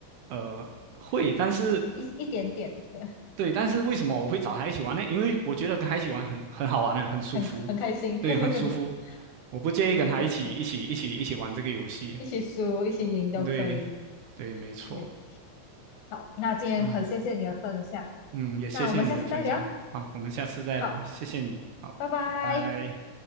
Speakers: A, on the right; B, on the left.
A: 呃会，但是
B: 一一点点，对，
A: 对，但是为什么我会找他一起玩呢？因为我觉得跟他一起玩很很好玩啊，很舒服，
B: 很很开心。
A: 对，
B: <laughs>
A: 很舒服。我不介意跟他一起一起一起一起玩这个游戏。
B: 对对对，一起输一起赢都可以。
A: 对，对，没错。
B: 对，好，那今天很谢谢你的分享，
A: 嗯嗯，也谢谢你的分享。
B: 那我们下次再聊。
A: 好，我们下次再聊，
B: 好，
A: 谢谢你。好，
B: 拜拜。
A: 拜拜。